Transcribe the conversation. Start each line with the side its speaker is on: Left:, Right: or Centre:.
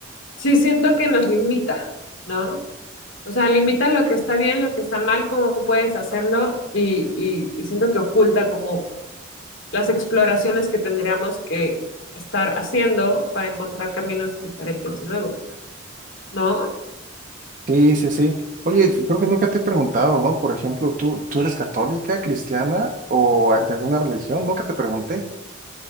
Left: Sí, siento que nos limita, ¿no? O sea, limita lo que está bien, lo que está mal, cómo puedes hacerlo y, y, y siento que oculta como las exploraciones que tendríamos que estar haciendo para encontrar caminos diferentes y nuevos, ¿no?
Right: Sí, sí, sí. Oye, creo que nunca te he preguntado, ¿no? Por ejemplo, ¿tú, tú eres católica, cristiana o eh, de alguna religión? Nunca te pregunté.